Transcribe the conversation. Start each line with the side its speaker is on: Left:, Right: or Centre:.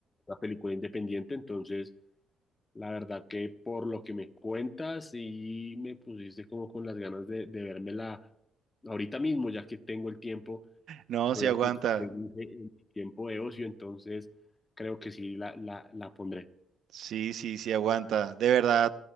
Left: una película independiente. Entonces, la verdad que por lo que me cuentas y me pusiste como con las ganas de, de vérmela ahorita mismo, ya que tengo el tiempo,
Right: No,
Left: estoy
Right: sí aguanta.
Left: aquí, como te dije, en mi tiempo de ocio, entonces creo que sí la, la, la pondré.
Right: Sí, sí, sí aguanta. De verdad.